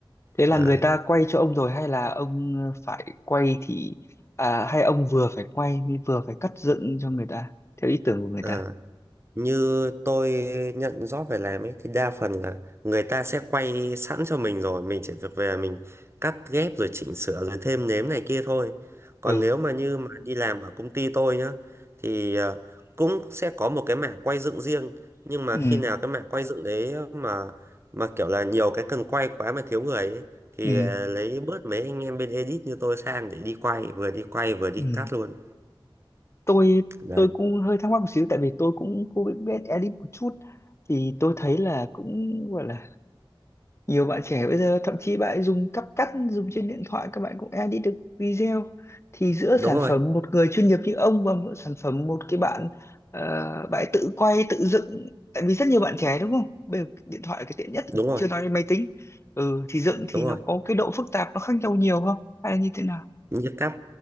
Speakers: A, on the left; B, on the right.
A: Thế là
B: Đấy.
A: người ta quay cho ông rồi hay là ông ờ, phải quay thì à, hay ông vừa phải quay mới vừa phải cắt dựng cho người ta theo ý tưởng của người
B: À.
A: ta.
B: như tôi nhận job về làm ấy thì đa phần là người ta sẽ quay sẵn cho mình rồi mình chỉ việc về mình cắt ghép rồi chỉnh sửa rồi thêm nếm này kia thôi còn
A: Ừ.
B: nếu mà như mà đi làm ở công ty tôi nhá thì ờ, cũng sẽ có một cái mảng quay dựng riêng nhưng mà
A: Ừ.
B: khi nào cái mảng quay dựng đấy mà mà kiểu là nhiều cái cần quay quá mà thiếu người ấy, thì
A: Ừ.
B: ờ, lấy bớt mấy anh em bên edit như tôi sang để đi quay vừa đi quay vừa đi
A: Ừ.
B: cắt luôn
A: Tôi
B: đấy
A: tôi cũng hơi thắc mắc một xíu tại vì tôi cũng cũng biết, biết edit một chút thì tôi thấy là cũng gọi là nhiều bạn trẻ bây giờ thậm chí bạn ấy dùng cắp cắt dùng trên điện thoại các bạn cũng edit được video thì giữa sản
B: đúng rồi
A: phẩm một người chuyên nghiệp như ông và một sản phẩm một cái bạn ờ, bạn ấy tự quay tự dựng tại vì rất nhiều bạn trẻ đúng không bây giờ điện thoại là cái tiện nhất rồi
B: đúng rồi
A: chưa nói đến máy tính ừ thì dựng thì
B: đúng
A: nó
B: rồi
A: có cái độ phức tạp nó khác nhau nhiều không hay là như thế nào
B: như cáp